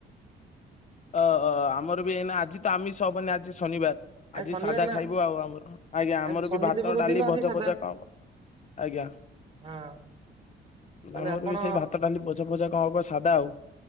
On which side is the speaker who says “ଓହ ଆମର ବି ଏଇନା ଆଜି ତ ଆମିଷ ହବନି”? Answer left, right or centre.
Left